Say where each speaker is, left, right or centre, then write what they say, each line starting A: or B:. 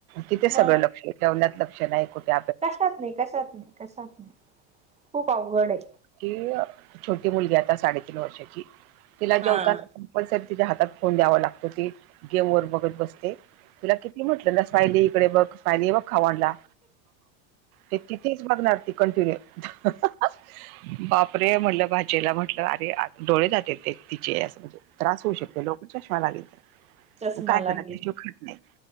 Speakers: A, on the right (about 80°); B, on the right (about 15°).
A: तिथे
B: मग
A: सगळं लक्ष जेवणत लक्ष नाही कठे
B: कशात नाही कशात नाही कशात नाही खूप अवघड आहे
A: कि छोटी मुलगी आता साडेतीीन वर्षाची तिला
B: हा.
A: जेवता पण स तिच्या हातात फोन द्यावा लागतो ती गेम वर बघत बसते तुला किती म्हटलं न फयली इकडे बघ फयली बघ खाऊ आणला ते किथेच बघणार ती कंटिन्यू <unintelligible> बापरे म्हटलं भाजेला म्हटलं अरे डोळे जाते ते तिचे यासम त्रास होऊ शकते लोक चष्मा लागेल
B: चष्मा
A: मग काय
B: लागे
A: करा त्याशिवाय खात नाही